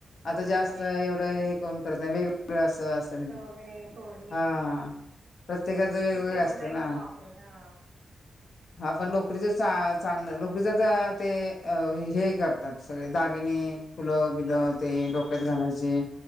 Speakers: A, on the right; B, on the left.
A: हो
B: आता जास्त
A: हो
B: एवढं हे कोण करत नाही, वेगवेगळं असं अस क नाही.
A: वगैेरे तोर
B: हा, प्रत्येकाच वेगवेगळ
A: एवढं
B: असत
A: नाही
B: ना.
A: कोण वापरत हा.
B: हा पण लोकरीचच चा, चांगलं लोकरीचच ते हे करतात सगळे दागिने फुलं बिलं ते डोक्यात घालायचे,